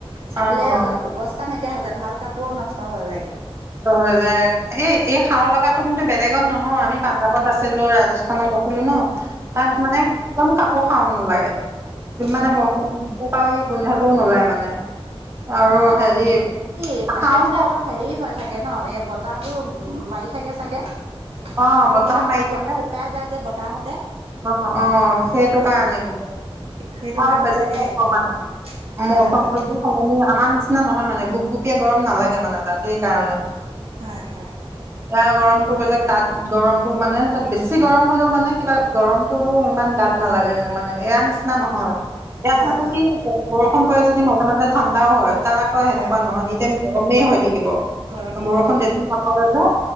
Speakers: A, on the right; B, on the right.
A: চাবলৈ
B: অ',
A: অৱস্তা নাইকিয়া হৈ যায়। ভাল কাপোৰ নষ্ট হৈ যায়গে
B: ক যায় <unintelligible> এ এই হাও লগাটো কিন্তু বেলেগত নহয়, আমি পাঞ্জাৱত আছিলো ৰাজস্থানত আছিলো ন।
A: হয়
B: তাত
A: নেকি
B: মানে একদম কাপোৰ খাও নালাগে। যিমানে
A: অ
B: বৰষুণত ত এই গোন্ধাটো নোলাই মানে আৰু
A: হয়
B: হেৰি
A: এই তাতে
B: খা-
A: মানে অলপ হেৰি হৈ থাকে ন এই বতাহটো মাৰি থাকে চাগে।
B: অ
A: কাপোৰ
B: বতাহ
A: বিলাক
B: মাৰি
A: শুকাৱা
B: থাকে
A: শুকাই যায় যে বতাহতে।
B: অ অ সেইটো কাৰণে
A: অ
B: কি -
A: সেইটো
B: অ
A: কাৰণে
B: বেলেগ
A: চাগে
B: ঠাই
A: একো হয়
B: মৌচমটো
A: হয়
B: সলনি আমাৰ, নিচিনা নহয় মানে গোপগুপীয়া গৰম নালাগে মানে তাত সেইকাৰণে।
A: হয় হয়।
B: এয়া গৰমতটো বেলেগ, তাত গৰমতটো মানে তাত বেছি গৰম হলেও মানে কিবা গৰমতটো ইমান গাত নালাগে মানে। এয়া নিচিনা নিচিনা নহয়। ইয়াত
A: হয়
B: মানে
A: হয়
B: কি বৰষুণ পৰে যদি মাজে মাজে ঠাণ্ডাও হয়। তাত আকৌ সেনেুৱা
A: হয়
B: নহয় নিতি গৰমেই হৈ থাক বৰষুণ
A: গৰমেই হৈ থাকে
B: বেছি
A: যে
B: ন